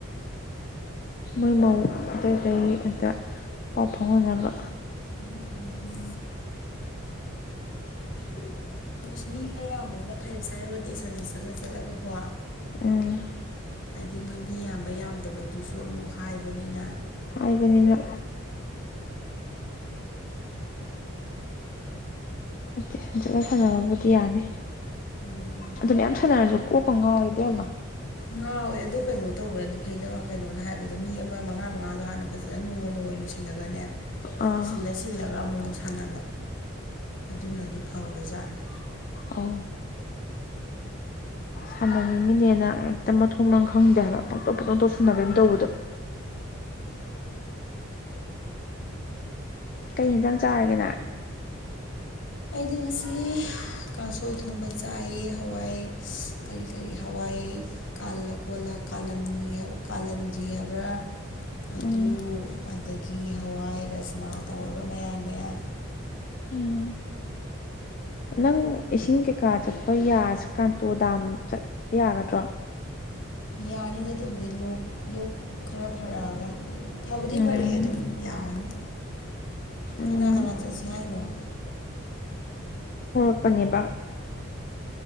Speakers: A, on the left; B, on the left.
A: ꯃꯣꯏ ꯃꯧ ꯑꯇꯩ ꯑꯇꯩꯒꯤ ꯑꯗ ꯄꯥꯎ ꯐꯥꯎꯅꯅꯕ
B: ꯎꯝ
A: <inaudible>
B: ꯍꯣꯏ ꯃꯤ ꯈꯔ ꯌꯥꯝꯕꯁꯤꯅ ꯐꯩꯕ ꯁꯥꯏꯅ ꯔꯣꯇꯦꯁ ꯁꯟꯁꯦ ꯆꯠꯂ ꯆꯠꯂꯒꯀꯣ
A: ꯎꯝ
B: ꯍꯥꯏꯗꯤ ꯃꯣꯏ ꯃꯤ ꯌꯥꯝꯕ ꯌꯥꯝꯗꯕ ꯑꯗꯨꯁꯨ ꯑꯃꯨꯛ ꯍꯥꯏꯕꯅꯤꯅ
A: ꯍꯥꯏꯕꯅꯤꯅ ꯅꯠꯇꯦ ꯍꯟꯖꯤꯠꯂ ꯁꯥꯟꯅꯕꯕꯨꯗꯤ ꯌꯥꯅꯤ
B: ꯎꯝ
A: ꯑꯗꯨ ꯃꯌꯥꯝ ꯁꯥꯟꯅꯔꯁꯨ ꯀꯣꯛꯀ ꯉꯥꯎꯋꯦ ꯏꯕꯦꯝꯃ
B: ꯉꯥꯎꯋꯦ ꯑꯗꯣ ꯀꯩꯅꯣ ꯇꯧꯕꯅꯗꯤ ꯐꯩ ꯅꯝꯃꯥ ꯀꯩꯅꯣꯅ ꯍꯥꯏꯕꯗꯣ ꯃꯤ ꯑꯃ ꯃꯉꯥ ꯃꯉꯥꯗꯣ ꯍꯥꯟꯅ ꯐꯖꯅ ꯅꯣꯡꯃ ꯅꯣꯡꯃ ꯂꯣꯏꯁꯤꯜꯂꯒꯅꯦ
A: ꯑꯥ
B: ꯁꯤꯜꯂ ꯁꯤꯜꯂꯒ ꯑꯃꯑꯣꯡ ꯁꯥꯟꯅꯕ ꯑꯗꯨꯅꯗꯤ ꯐꯕ ꯖꯥꯠꯅꯤ
A: ꯑꯣ ꯁꯥꯟꯅꯅꯤꯡꯤꯅꯦꯅ ꯍꯦꯛꯇ ꯃꯊꯣꯡꯅ ꯈꯪꯗꯦ ꯍꯥꯏꯕ ꯄꯪꯇꯧꯞ ꯄꯪꯅꯧꯇꯣꯞ ꯁꯨꯟꯅꯅꯕꯅ ꯇꯧꯕꯗꯣ <inaudible> ꯀꯩ ꯍꯤꯟꯖꯥꯡ ꯆꯥꯔꯒꯦ ꯅꯪ
B: ꯑꯩꯗꯤ ꯉꯁꯤ ꯀꯥꯡꯁꯣꯏ ꯊꯣꯡꯕ ꯆꯥꯏꯑꯦ ꯍꯋꯥꯏ ꯀꯔꯤ ꯀꯔꯤ ꯍꯋꯥꯏ ꯑꯩ ꯀꯥꯜꯂ ꯀꯣꯜꯂ ꯀꯥꯂꯝꯅꯤ ꯍꯥꯏꯕ ꯀꯥꯂꯝꯟꯗ꯭ꯔꯤ ꯍꯥꯏꯕ꯭ꯔꯥ ꯑꯗꯨ
A: ꯎꯝ
B: ꯑꯗꯒꯤ ꯍꯋꯥꯏ ꯔꯥꯖꯃꯥ ꯇꯧꯔꯒ ꯃꯌꯥꯟ ꯃꯌꯥꯟ
A: ꯎꯝ ꯅꯪ ꯏꯁꯤꯡ ꯀꯩꯀꯥ ꯆꯠꯄ ꯌꯥ ꯀꯥꯟꯇꯣ ꯗꯥꯝ ꯆꯠꯄ ꯌꯥꯒꯗ꯭ꯔꯣ
B: ꯌꯥꯅꯤꯗ ꯑꯗꯨꯕꯨꯗꯤ ꯂꯣꯛ ꯂꯣꯛ ꯈꯔ ꯐꯔꯛꯑꯒ ꯐꯕꯨꯗꯤ
A: ꯎꯝ
B: ꯐꯔꯦ ꯑꯗꯨꯝ ꯌꯥꯔꯅꯤ
A: ꯎꯝ
B: ꯀꯅꯥ ꯀꯅꯥ ꯆꯠꯁꯦ ꯍꯥꯏꯩꯅꯣ
A: ꯀꯞꯄꯅꯦꯕ